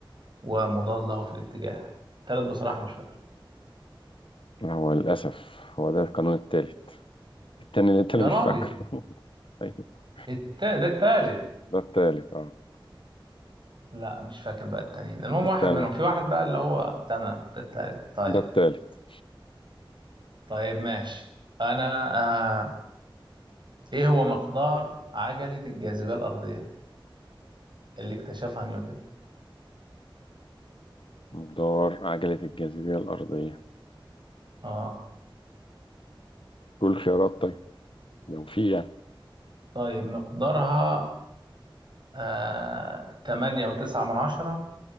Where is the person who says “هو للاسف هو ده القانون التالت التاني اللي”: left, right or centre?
Left